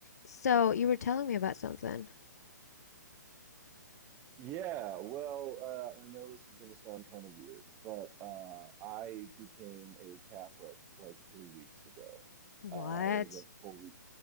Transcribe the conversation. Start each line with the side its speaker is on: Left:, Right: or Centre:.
Left: So you were telling me about something.
Right: Yeah, well, uh, I know this is going to sound kind of weird, but uh, I became a Catholic like three weeks ago.
Left: What?
Right: Uh, I was like fully,